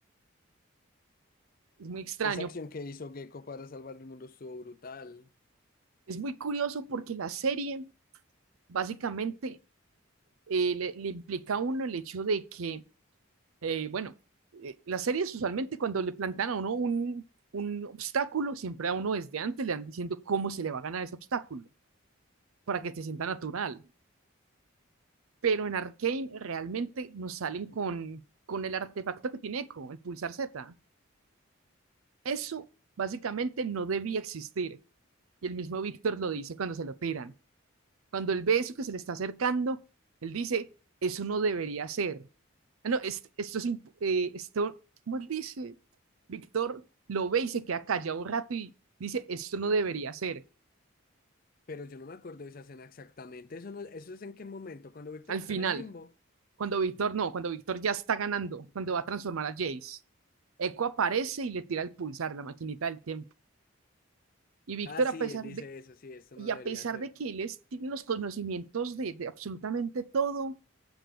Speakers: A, on the right (about 80°); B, on the left (about 40°).
A: Es muy extraño.
B: Esa acción que hizo Gecko para salvar el mundo estuvo brutal.
A: Es muy curioso porque la serie básicamente eh, le, le implica a uno el hecho de que, eh, bueno, eh, las series usualmente cuando le plantean a uno un, un obstáculo, siempre a uno desde antes le van diciendo cómo se le va a ganar ese obstáculo para que se sienta natural. Pero en Arcane realmente nos salen con, con el artefacto que tiene Echo, el pulsar Z. Eso básicamente no debía existir Y el mismo Víctor lo dice cuando se lo tiran. Cuando él ve eso que se le está acercando, él dice, eso no debería ser. Ah, no, es- esto es, eh, esto, ¿cómo él dice? Víctor lo ve y se queda callado un rato y dice, esto no debería ser.
B: Pero yo no me acuerdo de esa escena exactamente. Eso no, eso es en qué momento, cuando Víctor
A: Al
B: está
A: final,
B: en el limbo.
A: cuando Víctor no, cuando Víctor ya está ganando, cuando va a transformar a Jace, Echo aparece y le tira el pulsar, la maquinita del tiempo. Y Víctor,
B: Ah, sí,
A: a pesar
B: él dice
A: de,
B: eso, sí, esto
A: y
B: no debería
A: a pesar
B: ser.
A: de que él es- tiene los conocimientos de, de absolutamente todo,